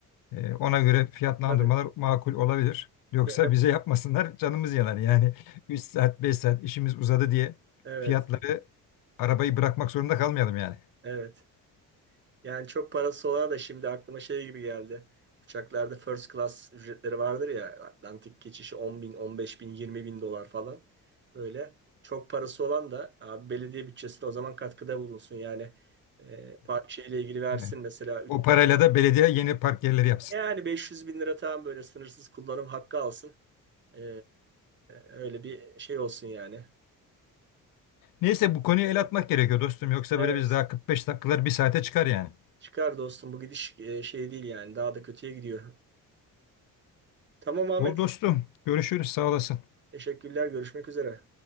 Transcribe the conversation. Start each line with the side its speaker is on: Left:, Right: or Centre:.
Left: E, ona göre fiyatlandırmalar
Right: Tabii.
Left: makul olabilir. Yoksa
Right: Ya da-
Left: bize yapmasınlar canımız yanar. Yani 3 saat 5 saat işimiz uzadı diye
Right: evet.
Left: fiyatları arabayı bırakmak zorunda kalmayalım yani.
Right: Evet. Yani çok parası olan da şimdi aklıma şey gibi geldi. Uçaklarda first class ücretleri vardır ya. Atlantik geçişi 10 bin, 15 bin, 20 bin dolar falan. Böyle çok parası olan da abi belediye bütçesine o zaman katkıda bulunsun. Yani e, park şeyle ilgili versin
Left: Yani
Right: mesela. üç-
Left: o parayla da belediye yeni park yerleri yapsın.
Right: Yani 500 bin lira tamam böyle sınırsız kullanım hakkı alsın. E, öyle bir şey olsun yani.
Left: Neyse bu konuya el atmak gerekiyor dostum. Yoksa
Right: Evet.
Left: böyle biz daha 45 dakikalar bir saate çıkar yani.
Right: Çıkar dostum bu gidiş e, şey değil yani daha da kötüye gidiyor. Tamam Ahmet.
Left: Ol dostum. Görüşürüz. Sağ olasın.
Right: Teşekkürler. Görüşmek üzere.